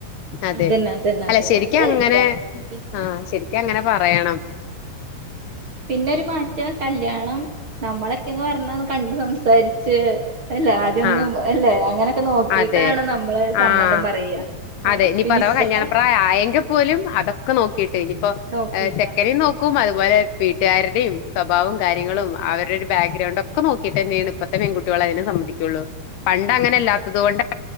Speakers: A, on the left; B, on the right.
A: അതെ
B: അതന്നെ അതന്നെ
A: അല്ല
B: അതന്നെ
A: ശരിക്കും
B: അത് കറക്റ്റാ
A: അങ്ങനെ
B: പിന്നെ
A: ആഹ ശരിക്കും അങ്ങനെ പറയണം
B: പിന്നെരു മാറ്റം കല്യാണം നമ്മളൊക്കെന്ന് പറഞ്ഞാ ഒന്ന് കണ്ട് സംസാരിച്ച് അല്ല ആദ്യൊന്നും
A: ആഹ്
B: അല്ലേ അങ്ങനെയൊക്കെ നോക്കിയിട്ടാണ്
A: അതെ
B: നമ്മള് സമ്മതം
A: ആഹ്
B: പറയാ ഏ
A: അതെ ഇനിപ്പോ
B: പിന്നെ
A: അഥവാ
B: ഇപ്പത്തെ
A: കല്യാണ പ്രായം ആയെങ്കിൽ പോലും അതൊക്കെ നോക്കിട്ട് ആയ്ക്കും ഇപ്പൊ
B: നോക്കിട്ടാ
A: ചെക്ക നേം നോക്കും അതുപോലെ വീട്ടുകാരുടെയും സ്വഭാവും കാര്യങ്ങളും അവരുടെ ഒരു ബാക്ക്ഗ്രൗണ്ട് ഒക്കെ നോക്കിട്ട് തന്നെയാണ് ഇപ്പത്തെ പെൺകുട്ട്യോളു അതിന് സമ്മയിക്കൊള്ളൂ പണ്ട് അങ്ങനെ
B: അതെ
A: അല്ലാത്തത് കൊണ്ടാണ്